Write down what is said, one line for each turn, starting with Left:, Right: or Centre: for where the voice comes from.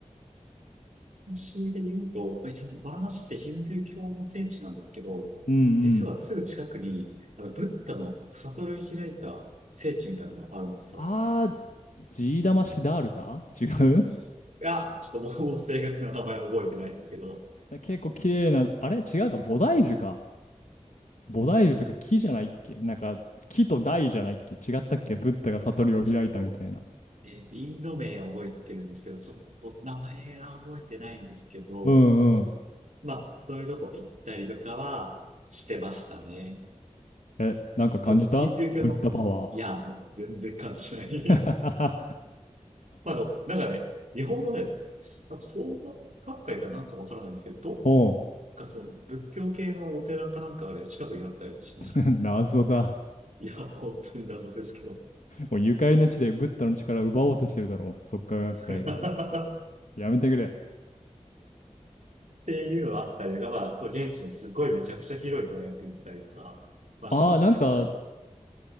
Right: そういう意味で言うと、まあ、一応バラナシってヒンドゥー教の聖地なんですけど、
Left: うんう
Right: 実はすぐ近くに、
Left: ん。
Right: あの、ブッダの悟り開いた聖地みたいなのがあるんですよ。
Left: あー、ジーダマシダールタ違う
Right: そういや、ちょっともう正確な名前は覚えてないんですけど、
Left: <laughs> 結構綺麗な、あれ違うか、菩提樹か。菩提樹とか木じゃないっけなんか、木と大じゃないっけ違ったっけブッダが悟りを開いたみたいな。
Right: あ、ちょっと、えーインド名を覚えてるんですけど、ちょっと名前は覚えてないんですけど、
Left: うんうん。
Right: まあ、そういうとこ行ったりとかはしてましたね。
Left: え、なんか感じたブッダパワー。
Right: そう、ヒンドゥー教の、いや、もう全然感じない
Left: <laughs>
Right: まああの、なんかね、日本語で、すなんか創価学会かなんかわからないですけど、どっ
Left: おう、
Right: かその仏教系のお寺かなんかで近くにあったりしましたね。
Left: <laughs> 謎だ。
Right: いや、本当に謎ですけど。
Left: もうゆかりの地でブッダの力を奪おうとしてるだろう。即価学会が。
Right: <laughs> っ
Left: やめてくれ。
Right: ていうのがあったりとか、まあ、そう、現地のすごいめちゃくちゃ広い大学行ったりとか、まあしましたけど、
Left: ああ、なんか、